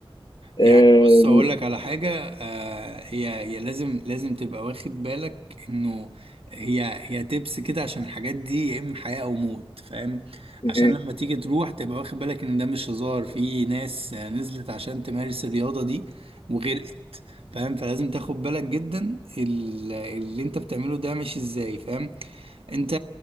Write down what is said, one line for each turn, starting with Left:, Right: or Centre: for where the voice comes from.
Left: آه،
Right: يعني
Left: يعني
Right: بص اقول لك على حاجه آه هي هي لازم لازم تبقى واخد بالك انه هي هي تبس كده عشان الحاجات دي يا اما حياه او موت فاهم
Left: إيه،
Right: عشان لما تيجي تروح تبقى واخد بالك ان ده مش هزار في ناس آه، نزلت عشان تمارس الرياضه دي وغرقت فاهم فلازم تاخد بالك جدا ال- اللي انت بتعمله ده ماشي ازاي فاهم انت